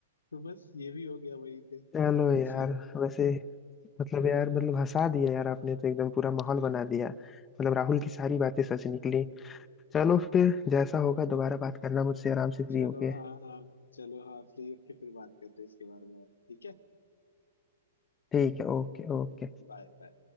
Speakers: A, on the left; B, on the left.
A: तो बस ये भी हो गया वही पे
B: चलो यार
A: सीन
B: वैसे मतलब यार मतलब हंसा दिया यार आपने तो एकदम पूरा माहौल बना दिया मतलब राहुल की सारी बातें सच निकली चलो फिर जैसा होगा दोबारा बात करना मुझसे आराम से फ्री
A: चलो
B: होके
A: हाँ हाँ चलो हाँ फ्री होके फिर बात करते हैं इसके बारे में और, ठीक है
B: ठीक है ओके ओके
A: Bye bye.